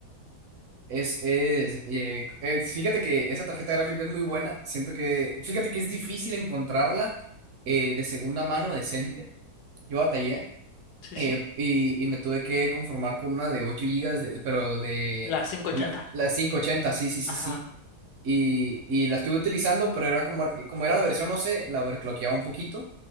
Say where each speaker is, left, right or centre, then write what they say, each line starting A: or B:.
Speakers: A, on the right; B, on the left.
A: Es, es, eh, es- fíjate que esa tarjeta gráfica es muy buena. Siento que, fíjate que es difícil encontrarla eh, de segunda mano decente. Yo batallé
B: Sí,
A: eh,
B: sí,
A: y, y me tuve que conformar con una de 8 gigas, de, pero de
B: la quinientos
A: una,
B: ochenta.
A: la cinco ochenta. sí, sí, sí,
B: Ajá,
A: sí. y, y la estuve utilizando, pero era como, como era la versión, no sé, la overclockeaba un poquito